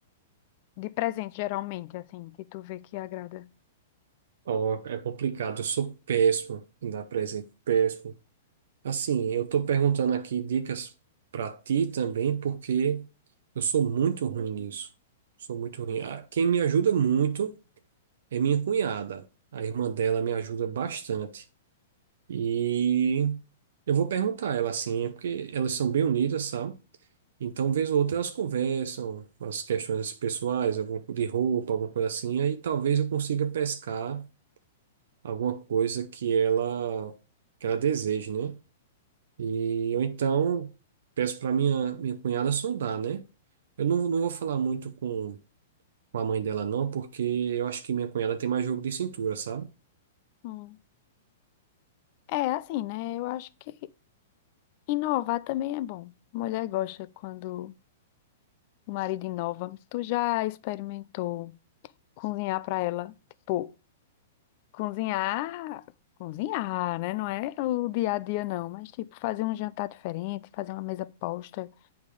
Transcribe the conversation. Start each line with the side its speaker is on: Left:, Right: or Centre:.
Left: de presente geralmente, assim, que tu vê que agrada.
Right: Ó, é complicado, eu sou péssimo em dar presente, péssimo. Assim, eu tô perguntando aqui dicas pra ti também, porque eu sou muito ruim nisso. Sou muito ruim. Ah, Quem me ajuda muito é minha cunhada. A irmã dela me ajuda bastante. E eu vou perguntar a ela assim, é porque elas são bem unidas, sabe? Então, vez ou outra, elas conversam as questões pessoais, alguma co- de roupa, alguma coisa assim, aí talvez eu consiga pescar alguma coisa que ela que ela deseje, né? E eu então peço para minha minha cunhada sondar, né? Eu não, não vou falar muito com, com a mãe dela não, porque eu acho que minha cunhada tem mais jogo de cintura, sabe?
Left: Hum. É assim, né? Eu acho que inovar também é bom. Mulher gosta quando o marido inova. Tu já experimentou cozinhar pra ela? Tipo, cozinhar, cozinhar, né? Não é o dia a dia não, mas tipo fazer um jantar diferente, fazer uma mesa posta